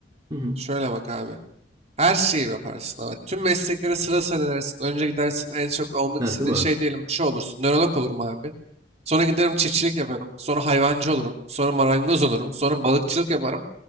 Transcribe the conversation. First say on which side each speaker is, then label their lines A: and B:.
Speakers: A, on the right (about 20°); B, on the right (about 40°).
A: Hı hı.
B: Şöyle bak abi. Her şeyi yaparsın ama tüm mesleklere sıra sıralarısın. Önce gidersin en çok olmak
A: Ha,
B: istediğin
A: değil mi?
B: şey diyelim bir şey olursun. Nörolog olurum abi. Sonra giderim çiftçilik yaparım. Sonra hayvancı olurum. Sonra marangoz olurum. Sonra balıkçılık yaparım.